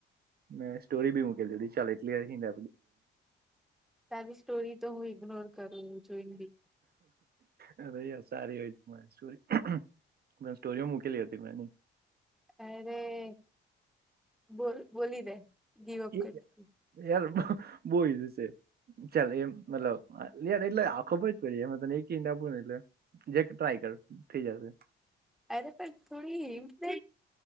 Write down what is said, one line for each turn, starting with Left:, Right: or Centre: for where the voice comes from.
Right: મે સ્ટોરી બી મકે દીી ચાલ એટલી હીને
Centre: તાદી સ્ટોરી તો હું ઇગ્નોર કરું જોઈને બી
Right: હ અરે યાર સારી હોય મારી સ્ટોરી પણ સ્ટોરી મૂકેલી હતી મેંની
Centre: અરે બોલ બોલી દે ગીવ અપ
Right: હજ
Centre: કરતી
Right: એ બહું છે ચાલ એમ મતલબ યાર એટલે આ ખબર જ પડી એમાં તને એક ં આપુ જે ટ્રાય કર થઈ જશે
Centre: અરે પણ થોડી હિન્ટ દે